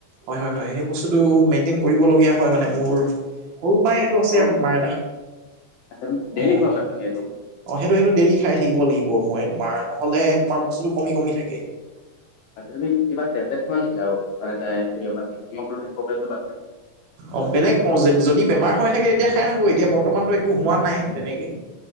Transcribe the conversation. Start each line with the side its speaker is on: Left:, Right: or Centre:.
Right: হয় হয় হয় সেই বস্তুটো মেইনটেইন কৰিবলগীয়া হয় মানে মোৰ সৰু পৰাই সেইটো আছে
Left: অ
Right: আৰু বেমাৰ এটা
Left: আচ্ছা তুমি ডেইলি
Right: অ অ
Left: খোৱা মানে তুমি এইটো
Right: সেইটো সেইটো ডেইলি খাই থাকিব লাগিব মই তোমাৰ নহলে তোমাৰ বস্তুটো কমি কমি থাকে
Left: ভিটামিন কিবা টেবলেট খোৱা নেকি আৰু মানে তাইৰ হিমগ্লবিন প্ৰব্লেমটো বাদ নে
Right: অ বেলেগ মাৰ্জিত যদি বেমাৰ হৈ থাকে তেতিয়া খাই থাকো এতিয়া বৰ্তমানতো একো হোৱা নাই তেনেকে